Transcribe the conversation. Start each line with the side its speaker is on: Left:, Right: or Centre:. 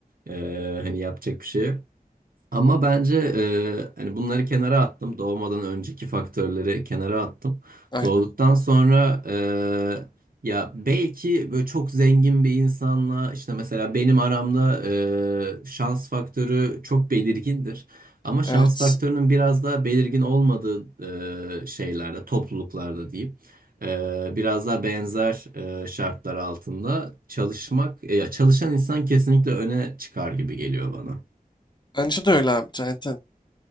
Right: E, hani yapacak bir şey yok. Ama bence e, hani bunları kenara attım. Doğmadan önceki faktörleri kenara attım.
Left: Aynen.
Right: Doğduktan sonra e, ya belki böyle çok zengin bir insanla işte mesela benim aramda e, şans faktörü çok belirgindir. Ama şans
Left: Evet.
Right: faktörünün biraz daha belirgin olmadığı e, şeylerde, topluluklarda diyeyim. e, biraz daha benzer e, şartlar altında çalışmak, ya çalışan insan kesinlikle öne çıkar gibi geliyor bana.
Left: Bence de öyle abi. Aynen.